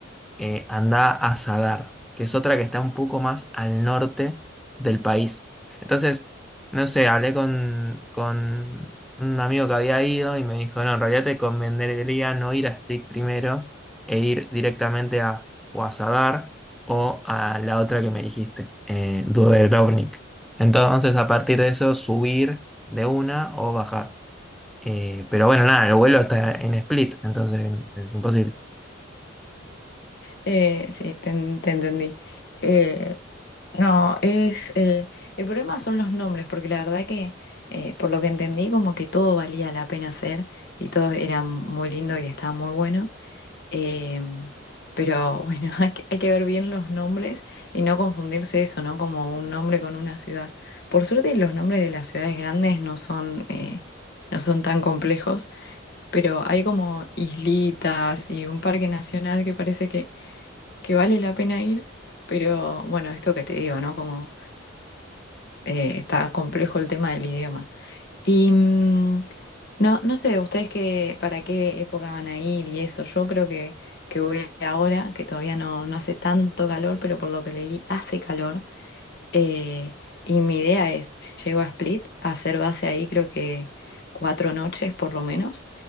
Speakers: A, in the centre; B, on the left.
A: eh, anda a Sadar, que es otra que está un poco más al norte del país. Entonces, no sé, hablé con, con un amigo que había ido y me dijo, no, en realidad te convendría no ir a Split primero e ir directamente a o a Sadar o a la otra que me dijiste, eh, Dubrovnik. Entonces, a partir de eso, subir de una o bajar. Eh, pero bueno, nada, el vuelo está en Split, entonces es imposible.
B: Eh, sí, te, en- te entendí. Eh, no, es eh, el problema son los nombres, porque la verdad que eh, por lo que entendí como que todo valía la pena hacer y todo era muy lindo y estaba muy bueno. Em, pero bueno, <laughs> hay que, hay que ver bien los nombres y no confundirse eso, ¿no? Como un nombre con una ciudad. Por suerte los nombres de las ciudades grandes no son, eh, no son tan complejos, pero hay como islitas y un parque nacional que parece que que vale la pena ir, pero bueno, esto que te digo, ¿no? Como eh, está complejo el tema del idioma. Y mm, no, no sé, ustedes qué, para qué época van a ir y eso. Yo creo que, que voy ahora, que todavía no, no hace tanto calor, pero por lo que leí hace calor. Eh, y mi idea es, llego a Split, a hacer base ahí, creo que cuatro noches por lo menos.